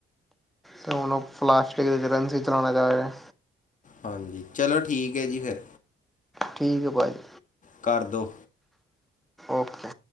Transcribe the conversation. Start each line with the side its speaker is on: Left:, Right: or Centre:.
Centre: ਤੇ ਹੁਣ ਉਹ ਪਲਾਸਟਿਕ ਦੇ ਕਰੰਸੀ ਚਲਾਣਾ ਜਾ ਰਿਹਾ।
Left: ਹਾਂਜੀ, ਚਲੋ ਠੀਕ ਓ ਜੀ ਫੇਰ।
Centre: ਠੀਕ ਏ, ਭਾਅ ਜੀ।
Left: ਕਰਦੋ।
Centre: ਓਕੇ।